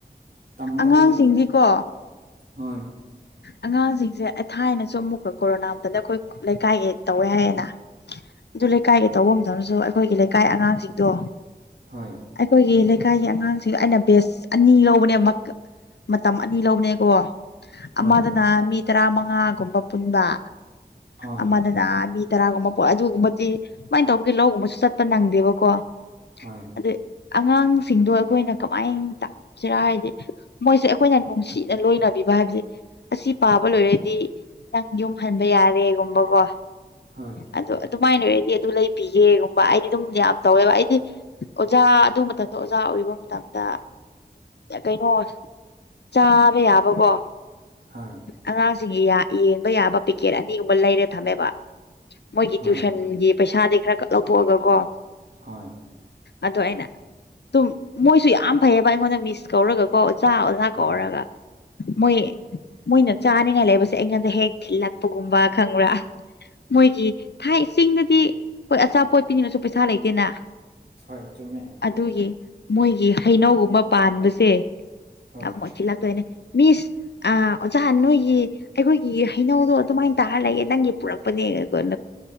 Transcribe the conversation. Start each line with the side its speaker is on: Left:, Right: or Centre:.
Right: ꯇꯝꯃꯗꯧꯕꯁꯦ
Left: ꯑꯉꯥꯡꯁꯤꯡꯗꯤꯀꯣ
Right: ꯍꫭꯏ
Left: ꯑꯉꯥꯡꯁꯤꯡꯁꯦ ꯑꯩ ꯊꯥꯏꯅꯁꯨ ꯑꯃꯨꯛꯀꯥ ꯀꯣꯔꯣꯅꯥ ꯑꯝꯇꯅ ꯑꯩꯈꯣꯏ ꯂꯩꯀꯥꯏꯒꯤ ꯇꯧꯋꯦ ꯍꯥꯏꯌꯦꯅ ꯑꯗꯨ ꯂꯩꯀꯥꯏꯒꯤ ꯇꯧꯕ ꯃꯇꯝꯗꯁꯨ ꯑꯩꯈꯣꯏꯒꯤ ꯂꯩꯀꯥꯏ ꯑꯉꯥꯡꯁꯤꯡꯗꯣ
Right: ꯍꯣꯏ
Left: ꯑꯩꯈꯣꯏꯒꯤ ꯂꯩ ꯂꯩꯀꯥꯏꯒꯤ ꯑꯉꯥꯡꯁꯤꯡ ꯑꯩꯅ ꯕꯦꯁ ꯑꯅꯤ ꯂꯧꯕꯅꯦ ꯃꯇꯝ ꯑꯅꯤ ꯂꯧꯕꯅꯦꯀꯣ
Right: ꯍꯣꯏ
Left: ꯑꯃꯗꯅ ꯃꯤ ꯇꯔꯥ ꯃꯉꯥꯒꯨꯝꯕ ꯄꯨꯟꯕ
Right: ꯍꯣꯏ
Left: ꯑꯃꯗꯅ ꯃꯤ ꯔꯥꯒꯨꯝꯕ ꯄꯣ ꯑꯗꯨꯒꯨꯝꯕꯗꯤ ꯁꯨꯃꯥꯏꯅ ꯇꯧꯕꯒꯤ ꯂꯧꯒꯨꯝꯕꯁꯨ ꯆꯠꯄ ꯅꯪꯗꯦꯕꯀꯣ
Right: ꯍꯣꯏ
Left: ꯑꯗ ꯑꯉꯥꯡꯁꯤꯡꯗꯣ ꯑꯩꯈꯣꯏꯅ ꯀꯃꯥꯏꯅ ꯇꯝꯁꯤꯔꯥ ꯍꯥꯏꯗꯤ ꯃꯣꯏꯁꯦ ꯑꯩꯈꯣꯏꯅ ꯅꯨꯡꯁꯤꯅ ꯂꯣꯏꯅ ꯄꯤꯕ ꯍꯥꯏꯕꯁꯦ ꯑꯁꯤ ꯄꯥꯕ ꯂꯣꯏꯔꯗꯤ ꯅꯪ ꯌꯨꯝ ꯍꯟꯕ ꯌꯥꯔꯦꯒꯨꯝꯕꯀꯣ
Right: ꯍꯣꯏ
Left: ꯑꯗꯣ ꯑꯗꯨꯃꯥꯏꯅ ꯑꯣꯏꯔꯗꯤ ꯑꯗꯨ ꯂꯩꯕꯤꯒꯦꯒꯨꯝꯕ ꯑꯩꯗꯤ ꯑꯗꯨꯝ ꯌꯥꯝ ꯇꯧꯋꯦꯕ ꯑꯩꯗꯤ ꯑꯣꯖꯥ ꯑꯗꯨ ꯃꯇꯝꯗ ꯑꯣꯖꯥ ꯑꫭꯏꯕ ꯃꯇꯝꯗ ꯀꯩꯅꯣ ꯆꯥꯕ ꯌꯥꯕ ꯀꯣ
Right: ꯍꯣꯏ
Left: ꯑꯉꯥꯡꯁꯤꯡꯒꯤ ꯌꯦꯡꯕ ꯌꯥꯕ ꯄꯤꯀꯦꯠ ꯑꯅꯤꯒꯨꯝꯕ ꯂꯩꯔꯥ ꯊꯝꯃꯦꯕ ꯃꯣꯏꯒꯤ
Right: ꯍꯣꯏ
Left: ꯇ꯭ꯨꯁꯟꯒꯤ ꯄꯩꯁꯥꯗꯒꯤ ꯈꯔ ꯈꯔ ꯂꯧꯊꯣꯛꯑꯒ ꯀꯣ
Right: ꯍꯣꯏ
Left: ꯑꯗꯨ ꯑꯩꯅ ꯑꯗꯨꯝ ꯃꯣꯏꯁꯨ ꯌꯥꯝ ꯐꯩꯌꯦꯕ ꯑꯩꯉꯣꯟꯗ ꯃꯤꯁ ꯀꯧꯔꯒꯀꯣ ꯑꯣꯖꯥ ꯑꯣꯖꯥ
Right: ꯍꯣꯏ
Left: ꯀꯧꯔꯒ ꯃꯣꯏ ꯃꯣꯏꯅ ꯆꯥꯅꯤꯡꯉꯥꯏ ꯂꯩꯕꯁꯦ ꯑꯩꯉꯣꯟꯗ ꯍꯦꯛ ꯊꯤꯜꯂꯛꯄꯒꯨꯝꯕ ꯈꯪꯕ꯭ꯔꯥ ꯃꯣꯏꯒꯤ ꯊꯥꯏ ꯏꯁꯤꯡꯗꯗꯤ ꯍꫭꯏ ꯑꯆꯥꯄꯣꯠ ꯄꯤꯅꯤꯡꯉꯁꯨ ꯄꯩꯁꯥ ꯂꯩꯇꯦꯅ
Right: ꯍꯣꯏ ꯆꯨꯝꯃꯦ
Left: ꯑꯗꯨꯒꯤ ꯃꯣꯏꯒꯤ ꯍꯩꯅꯧꯒꯨꯝꯕ ꯄꯥꯟꯕꯁꯦ
Right: ꯍꯣꯏ
Left: ꯑꯃꯨꯛ ꯊꯤꯟ ꯂꯛꯇꫭꯏꯅꯦ ꯏꯁ ꯑ ꯑꯣꯖꯥ ꯅꯣꯏꯒꯤ ꯑꯩꯈꯣꯏꯒꯤ ꯍꯩꯅꯧꯗꯣ ꯑꯗꯨꯃꯥꯏꯅ ꯇꯥꯔ ꯂꯩꯌ‌ꯦ ꯅꯪꯒꯤ ꯄꯨꯔꯛꯄꯅꯦ ꯀꯣ